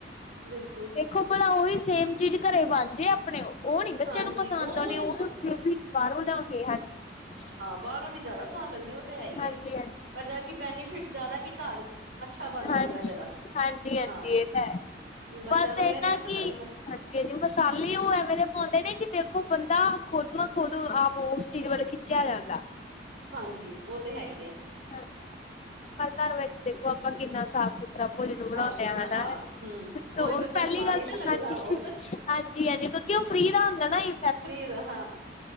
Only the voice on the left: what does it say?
ਕੋ ਭਲਾ ਉਹੀ ਸੇਮ ਚੀਜ਼ ਘਰੇ ਬਣ ਜੇ ਆਪਣੇ, ਓ ਓ ਨੀਂ ਬੱਚਿਆਂ
ਨੂੰ ਪਸੰਦ
ਆਣੀ।
ਓ
ਵੀ ਫਿਰ ਵੀ, ਬਾਰੋਂ ਲਿਆ ਕੇ, ਹਾਂਜੀ।
ਹਾਂਜੀ-ਹਾਂਜੀ,
ਹਾਂਜੀ,
ਹਾਂਜੀ, ਹਾਂਜੀ
ਏ ਤਾਂ ਹੈ
ਬਸ,
ਇਨ੍ਹਾਂ
ਕਿ
ਹਾਂਜ ਜੇਜੋ ਮਸਾਲੇ ਓ ਐਵੇਂ ਦੇ ਪਾਂਦੇ ਨੇ ਕਿ ਦੇਖੋ, ਬੰਦਾ ਖੁਦ ਮ ਖੁਦ ਆਪ ਓ ਉਸ ਚੀਜ਼ ਵੱਲ ਖਿੱਚਿਆ ਜਾਂਦਾ।
ਹਾਂਜੀ, ਪਰ ਘਰ ਵਿੱਚ ਦੇਖੋ, ਆਪਾਂ ਕਿੰਨਾ ਸਾਫ਼-ਸੁਥਰਾ ਭੋਜਨ
ਬਣਾਉਣੇ
ਆਂ। ਹਨਾਂ?
ਹੁਣ
ਪੈਲੀ
ਗੱਲ
ਹਾਂਜੀ,
ਹਾਂਜੀ, ਹਾਂਜੀ ਕਿਉਂਕਿ ਓ ਫਰੀ ਦਾ ਹੁੰਦਾ ਨਾਂ ਜੀ